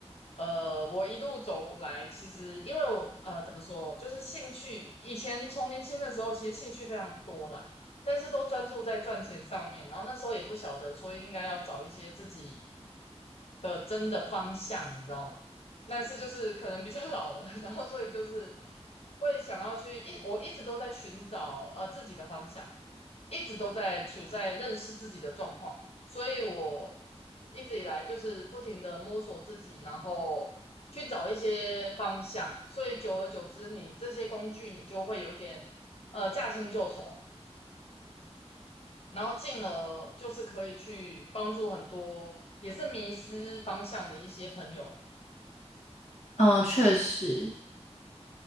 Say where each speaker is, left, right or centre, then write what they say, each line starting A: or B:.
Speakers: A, on the left (about 60°); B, on the left (about 80°).
A: 呃，我一路走来，其实因为我呃怎么说，就是兴趣，以前从年轻的时候其实兴趣非常多啦，但是都专注在赚钱上面，然后那时候也不晓得说应该要找一些自己。的真的方向，你知道吗？但是就是可能比较老了，<laughs> 然后所以就是会想要去一，我一直都在寻找呃自己的方向，一直都在处在认识自己的状况，所以我一直以来就是不停的摸索自己，然后去找一些方向，所以久而久之你，这些工具你就会有一点呃驾轻就熟，然后进而就是可以去帮助很多也是迷失方向的一些朋友。
B: 嗯，确实。